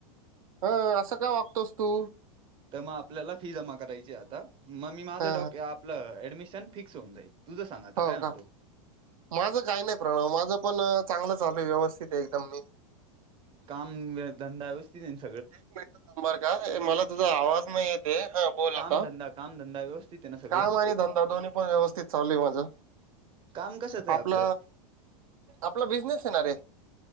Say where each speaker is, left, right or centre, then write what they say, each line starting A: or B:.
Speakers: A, on the right; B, on the right.
A: अ असं काय वागतोस तू
B: त मग आपल्याला फी जमा करायची आता मग मी माझं
A: हा
B: डॉ आपल अ मिशन फिक्स होन जाईल तुझं सांग आता
A: हो
B: काय म्हणतो
A: का माझं काही नाही प्रणव माझं पण चांगलं चालूय व्यवस्थित एकदम मी
B: काम व्य- धंदा <unintelligible>
A: एक मिनट थांब बरका मला तुझा आवाज नाइ येतेय हा बोल
B: काम
A: आता
B: धंदा काम धंदा व्यवस्थित आहे ना सगळं
A: काम आणि धंदा दोन्ही पण व्यवस्थित त चालू आहे माझं
B: काम कशाचं आहे
A: आपल
B: आपलं
A: आपला बिझनेस आय ना रे